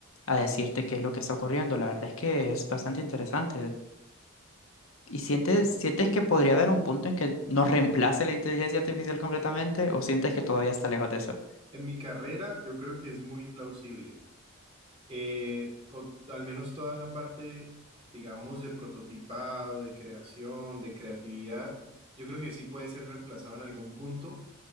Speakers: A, on the left; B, on the right.
A: a decirte qué es lo que está ocurriendo. La verdad es que es bastante interesante. ¿Y sientes,
B: Y
A: sientes que podría haber un punto en que nos reemplace la inteligencia artificial completamente o sientes que todavía está lejos de eso?
B: en mi carrera, yo creo que es muy plausible. eh, o al menos toda esa parte, digamos, de prototipado, de creación, de creatividad, yo creo que sí puede ser reemplazado en algún punto